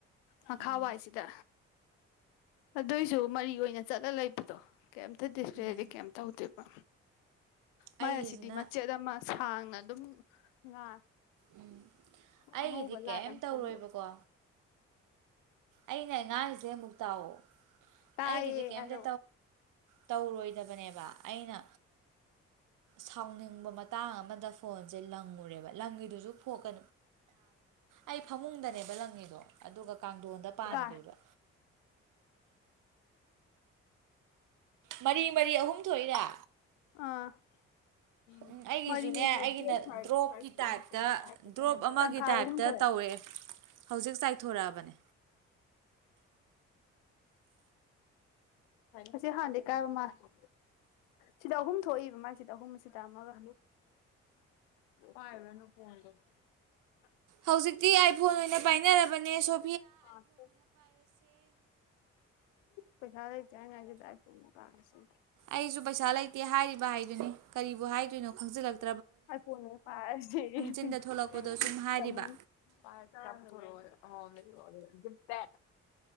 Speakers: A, on the left (about 80°); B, on the right (about 60°).
A: ꯃꯈꯥ
B: ꯎꯝ
A: ꯋꯥꯏꯁꯤꯗ ꯑꯗꯨꯏꯁꯨ ꯃꯔꯤ ꯑꯣꯏꯅ ꯆꯠꯂ ꯂꯩꯕꯗꯣ ꯀꯩꯝꯇ ꯗꯤꯁꯄ꯭ꯂꯦꯗꯤ
B: ꯎꯝ
A: ꯀꯩꯝ ꯇꯧꯗꯣꯏꯕ ꯃꯥꯌꯥꯁꯤꯗꯤ
B: ꯑꯩꯒꯤꯁꯤꯅ
A: ꯃꯆꯦꯗꯃ ꯁꯥꯡꯅ ꯑꯗꯨꯝ ꯉꯥ
B: ꯎꯝ
A: ꯑꯉꯧꯕ
B: ꯑꯩꯒꯤꯗꯤ
A: ꯂꯥꯏꯠ
B: ꯀꯩꯝ
A: ꯑꯃ
B: ꯇꯧꯔꯣꯏꯕꯀꯣ
A: ꯊꯣꯛꯂꯦ
B: ꯑꯩꯅ ꯑꯉꯥꯡꯔꯤꯁꯦ ꯑꯃꯨꯛ ꯇꯥꯛꯑꯣ
A: ꯇꯥꯏꯌꯦ
B: ꯑꯩꯒꯤꯗꯤ ꯀꯩꯝꯇ
A: ꯍꯥꯏꯔꯛꯑꯣ
B: ꯇꯧꯔꯣꯏꯗꯕꯅꯦꯕ ꯑꯩꯅ ꯁꯥꯎꯅꯤꯡꯕ ꯃꯇꯥꯡ ꯑꯃꯗ ꯐꯣꯟꯁꯦ ꯂꯪꯉꯨꯔꯦꯕ ꯂꯪꯒꯤꯗꯨꯁꯨ ꯐꯣꯛꯀ ꯑꯩ ꯐꯃꯨꯡꯗꯅꯦꯕ ꯂꯪꯒꯤꯗꯣ ꯑꯗꯨꯒ ꯀꯥꯡꯊꯣꯟꯗ ꯄꯥꯟꯀꯈꯔ꯭ꯤꯕ
A: ꯀꯥꯏ
B: ꯃꯔꯤ ꯃꯔꯤ ꯑꯍꯨꯝ ꯊꯣꯛꯏꯔꯥ
A: ꯑꯥ <unintelligible>
B: ꯎꯝ ꯑꯩꯒꯤꯁꯨꯅꯦ ꯑꯩꯒꯤꯅ ꯗ꯭ꯔꯣꯞꯀꯤ ꯇꯥꯏꯞꯇ ꯗ꯭ꯔꯣꯞ ꯑꯃꯒꯤ
A: ꯇꯪꯈꯥꯏ
B: ꯇꯥꯏꯞꯇ
A: ꯑꯍꯨꯝ ꯊꯣꯛꯑꯦ
B: ꯇꯧꯔꯛꯑꯦ ꯍꯧꯖꯤꯛ ꯆꯥꯏꯊꯣꯔꯛꯑꯕꯅꯦ
A: ꯑꯁꯤ ꯍꯥꯟꯗꯩꯩ ꯀꯥꯏꯕꯥ ꯃꯥꯜꯂꯦ ꯁꯤꯗ ꯑꯍꯨꯝ ꯊꯣꯛꯏꯕ ꯃꯥꯁꯤꯗ ꯑꯍꯨꯝ ꯑꯁꯤꯗ ꯑꯃꯒ ꯍꯥꯏ <unintelligible>
B: ꯍꯧꯖꯤꯛꯇꯤ ꯑꯥꯏꯐꯣꯟ ꯑꯣꯏꯅ ꯄꯥꯏꯅꯔꯕ__ ꯅꯦ ꯁꯣ__
A: <unintelligible> ꯄꯩꯁꯥ ꯂꯩꯇꯦ ꯍꯥꯏꯔꯤꯉꯩꯁꯤꯗ <unintelligible>
B: ꯑꯩꯁꯨ ꯄꯩꯁꯥ ꯂꯩꯇꯦ ꯍꯥꯏꯔꯤꯕ ꯍꯥꯏꯗꯨꯅꯤ ꯀꯔꯤꯕꯨ ꯍꯥꯏꯗꯣꯏꯅꯣ ꯈꯪꯖꯤꯜꯂꯛ__
A: ꯑꯥꯏ ꯐꯣꯟ ꯑꯣꯏꯅꯥ ꯄꯥꯏꯔꯁꯦꯌꯦ
B: ꯆꯤꯟꯗ ꯊꯣꯛꯂꯛꯄꯗꯣ
A: ꯀꯩꯅꯣꯅ
B: ꯁꯨꯝ ꯍꯥꯏꯔꯤꯕ
A: ꯇꯥꯅꯨꯅ <unintelligible>